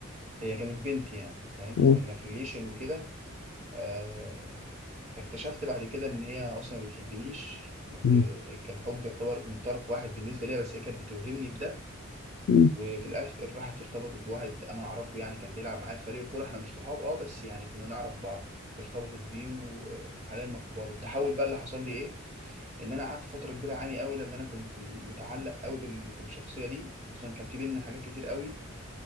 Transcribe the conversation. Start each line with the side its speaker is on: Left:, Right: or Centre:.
Right: هي كانت بنت يعني فاهم
Left: مم.
Right: كنا في ريليشن وكده آه، فاكتشفت بعد كده ان هي اصلا ما بتحبنيش وكان
Left: مم.
Right: حب يعتبر من طرف واحد بالنسبه ليها بس هي كانت بتوهمني بده
Left: مم.
Right: وفي الاخر راحت ارتبطت بواحد انا اعرفه يعني كان بيلعب معايا في فريق الكوره احنا مش صحاب اه بس يعني كنا نعرف بعض ارتبطت بيه وحاليا مخطوبه له التحول بقى اللي حصل لي ايه ان انا قعدت فتره كبيره اعاني قوي لان انا كنت متعلق قوي بال- بالشخصيه دي خصوصا كان في بينا حاجات كتير قوي